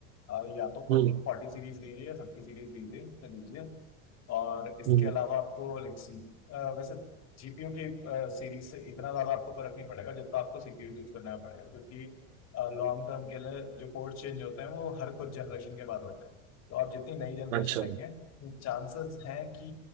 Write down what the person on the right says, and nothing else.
हम्म
हम्म
अच्छा